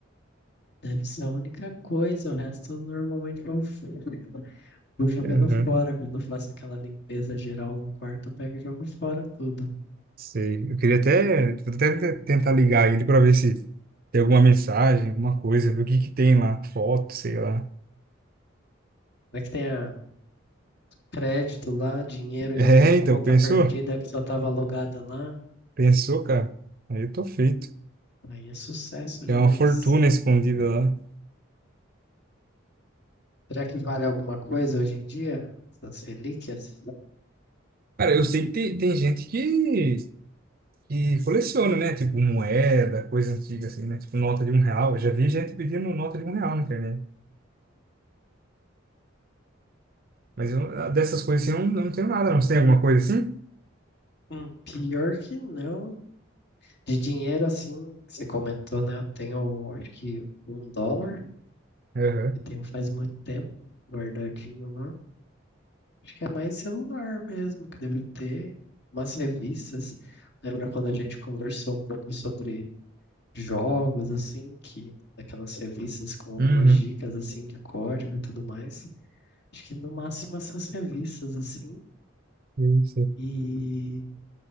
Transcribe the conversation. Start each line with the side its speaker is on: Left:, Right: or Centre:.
Left: Deve ser a única coisa. O resto normalmente eu f- <laughs> vou jogando
Right: Aham,
Left: fora. Quando eu faço aquela limpeza geral no quarto, eu pego e jogo fora tudo.
Right: sei. Eu queria até, vou até tentar ligar ele pra ver se tem alguma mensagem, alguma coisa, ver o que que tem lá, foto, sei lá.
Left: Vai que tenha crédito lá, dinheiro
Right: É,
Left: em alguma conta
Right: então, pensou?
Left: perdida que só estava logada lá.
Right: Pensou, cara? Aí eu tô feito.
Left: Aí é sucesso
Right: Tem
Left: demais.
Right: uma fortuna escondida lá.
Left: Será que vale alguma coisa hoje em dia? Essas relíquias?
Right: Cara, eu sei que tem, tem gente que que coleciona, né? Tipo moeda, coisa antiga assim, né? Tipo nota de um real. Eu já vi gente pedindo nota de um real na internet. Mas eu, ah, dessas coisas assim, eu não, eu não tenho nada, não. Você tem alguma coisa assim?
Left: Hum, pior que não. De dinheiro, assim, que você comentou, né? Eu tenho, acho que um dólar,
Right: Aham.
Left: que tenho faz muito tempo, guardadinho lá. Acho que é mais celular mesmo, que deve ter umas revistas. Lembra quando a gente conversou um pouco sobre jogos, assim, que aquelas revistas com algumas
Right: Uhum.
Left: dicas, assim, de código e tudo mais. Acho que no máximo essas revistas, assim.
Right: Isso.
Left: E